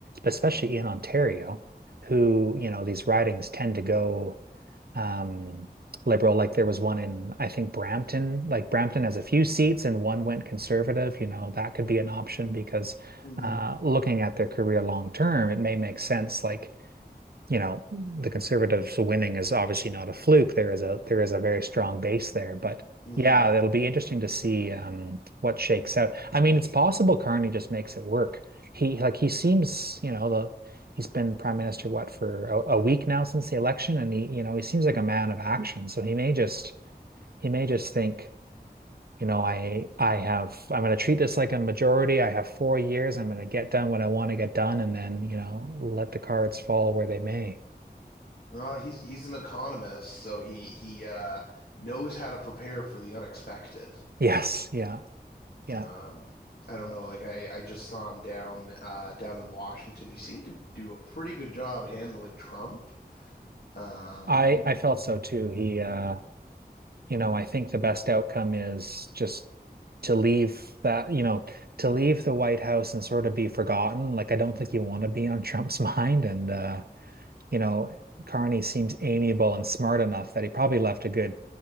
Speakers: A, on the right (about 65°); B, on the left (about 70°).
A: especially in Ontario who, you know, these ridings tend to go um, liberal. Like there was one in, I think, Brampton. Like Brampton has a few seats and one went conservative. You know, that could be an option because
B: hmm
A: uh, looking at their career long term, it may make sense. Like you know, the conservatives winning is obviously not a fluke. There is a there is a very strong base there, but
B: hmm
A: yeah, it'll be interesting to see um, what shakes out. I mean, it's possible Carney just makes it work. He like he seems, you know, the he's been prime minister what for a, a week now since the election, and he, you know, he seems like a man of action. So he may just he may just think, you know, I I have I'm going to treat this like a majority. I have four years. I'm going to get done what I want to get done, and then, you know, let the cards fall where they may.
B: No, he's he's an economist, so he he uh, knows how to prepare for the unexpected.
A: Yes, yeah, yeah.
B: Um, I don't know, like I, I just saw him down uh, down in Washington. He seemed to do a pretty good job handling Trump. Um,
A: I I felt so too. He uh, you know, I think the best outcome is just to leave that, you know, to leave the White House and sort of be forgotten. Like I don't think you want to be on Trump's <laughs> mind and uh, you know, Carney seems amiable and smart enough that he probably left a good